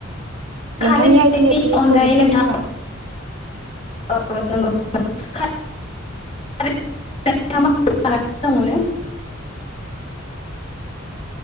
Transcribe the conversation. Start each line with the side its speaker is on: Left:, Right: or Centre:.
Left: खारैनि
Right: नोंथांनि आइसि नेटनि
Left: अनगायै
Right: प्रब्लेम
Left: नोंथाङा
Right: जादों खोमा।
Left: <unintelligible>